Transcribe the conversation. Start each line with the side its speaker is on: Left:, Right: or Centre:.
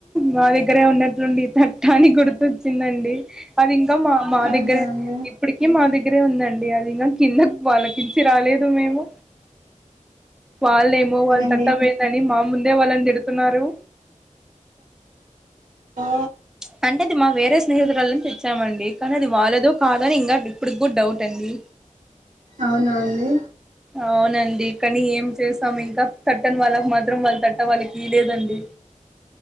Centre: మా దగ్గరే ఉన్నటుండి త టాని గుర్తొచ్చిందండి అది ఇంకా మా మా
Right: అవునా
Centre: దగ్గరే
Right: అండి
Centre: ఇప్పడకి మా దగ్గరే ఉందండి అది ఇంగాన్ కింద వాళ్ళకించి రాలేదు మేము వాళ్ళేమో వాళ్ళ
Right: లేదండి
Centre: తట్టమ ఏందని మా ముందే వాళ్ళని తిడుతున్నారు.
Right: ఆహ్ ఓ
Centre: తంటేది మా వేరే స్నేహితురాలని తెచ్చామండి కానీ అది వాళ్ళదో కాదో అని ఇంకా ఇప్పుడు కూడా డౌట్ అండి.
Right: అవునా అండి.
Centre: అవునండి కానీ ఏం చేస్తాం ఇంకా తట్టని వాళ్ళకు మాత్రం వాళ్ళ తట్ట వాళ్ళకిలేదండి.